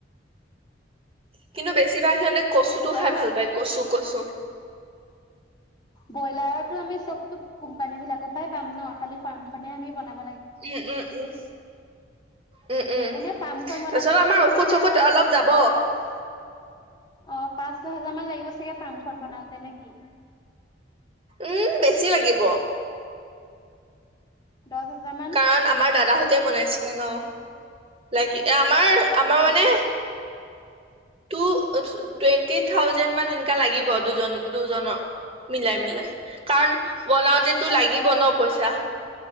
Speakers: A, on the right; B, on the left.
A: কিন্তু বেছিভাগ সিহঁতে কচুটো
B: আৰু
A: খাই ভাল পায় কচু কচু
B: ব্ৰইলাৰো আমি চবতো কোম্পানী বিলাকৰ পৰাই পাম ন খালি ফাৰ্মখনে আমি বনাম
A: উম উম উম! উম উম
B: এনে ফাৰ্ম খন বনাতে
A: তাৰপিছত
B: চাগে আমাৰ
A: ঔষধ চৌষধ অলপ যাব
B: পাঁচ অ পাঁচ ছহ হেজাৰ মান লাগিব চাগে ফাৰ্ম খন বনাওতে নেকি?
A: উম বেছি লাগিব।
B: দহ হেজাৰ মান
A: কাৰণ আমাৰ দাদাহতে বনাইছিলে ন লাগি এ আমাৰ
B: অ
A: আমাৰ
B: অ
A: মানে টু টুৱেণ্টি থাউজেণ্ড মান এনে লাগিব দুজন দুজনৰ মিলাই মিলাই কাৰণ বনাওতে তো
B: অ
A: লাগিব
B: অ
A: ন পইচা!